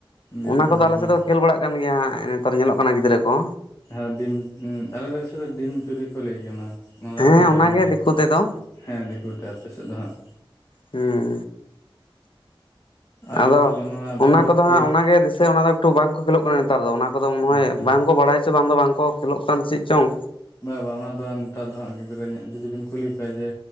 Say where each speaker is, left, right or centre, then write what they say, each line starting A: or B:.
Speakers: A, on the left (about 35°); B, on the left (about 70°).
A: ᱵᱤᱞᱤ
B: ᱚᱱᱟ ᱠᱚᱫᱚ
A: ᱠᱩᱢᱲᱳ
B: ᱟᱞᱮ ᱥᱮᱜ ᱫᱚ ᱠᱷᱹᱮᱞ ᱵᱟᱲᱟᱜ ᱠᱟᱱ ᱜᱮᱭᱟ ᱦᱟᱸᱜ ᱱᱮᱛᱟᱨ ᱧᱮᱞᱚᱜ ᱠᱟᱱᱟ ᱜᱤᱫᱽᱨᱟᱹ ᱠᱚ᱾
A: ᱦᱮᱸ ᱰᱤᱢ ᱟᱞᱮ ᱥᱮᱫᱨᱮ ᱰᱤᱢ ᱪᱩᱨᱤ ᱠᱚ ᱞᱟᱹᱭ ᱜᱮᱭᱟ ᱚᱱᱟ᱾ ᱚᱱᱟᱜ
B: ᱦᱮᱸ
A: ᱨᱮᱱᱟᱜ <unintelligible> ᱡᱟᱦᱟᱸ
B: ᱚᱱᱟᱜᱮ
A: ᱵᱤᱱ ᱞᱟᱹᱭ
B: ᱫᱤᱠᱩ ᱛᱮᱫᱚ
A: ᱦᱮᱸ ᱫᱮᱠᱩᱛᱮ ᱟᱯᱮ ᱥᱮᱜ ᱫᱚ ᱦᱟᱸᱜ᱾
B: ᱦᱩᱸ,
A: ᱟᱨ
B: ᱟᱫᱚ
A: ᱛᱟᱦᱚᱞᱮ ᱱᱚᱣᱟ ᱵᱟᱹᱦᱩ
B: ᱚᱱᱟ
A: ᱟᱹᱛᱠᱤᱨ
B: ᱠᱚᱫᱚ ᱦᱟᱸᱜ ᱚᱱᱟᱜᱮ ᱫᱤᱥᱟᱹ ᱚᱱᱟ ᱫᱚ ᱮᱠᱴᱩ ᱵᱟᱝᱠᱚ ᱠᱷᱮᱞᱳᱜ ᱠᱟᱱᱟ ᱱᱮᱛᱟᱨ ᱫᱚ ᱚᱱᱟ ᱠᱚᱫᱚ ᱢᱟᱱᱮ ᱦᱚᱭ
A: ᱟᱪᱪᱷᱟ
B: ᱵᱟᱝᱠᱚ ᱵᱟᱲᱟᱭ ᱪᱚ ᱵᱟᱝ ᱫᱚ ᱵᱟᱝ ᱠᱚ ᱠᱷᱮᱞᱳᱜ ᱠᱟᱱ ᱪᱮᱜ ᱪᱚᱝ᱾
A: ᱵᱟ ᱵᱟᱝ ᱚᱱᱟ ᱫᱚ ᱱᱮᱛᱟᱨ ᱫᱚ ᱦᱟᱸᱜ ᱜᱤᱫᱽᱨᱟᱹ ᱧᱚᱜ ᱡᱩᱫᱤ ᱵᱤᱱ ᱠᱩᱞᱤ ᱠᱚᱣᱟ ᱡᱮ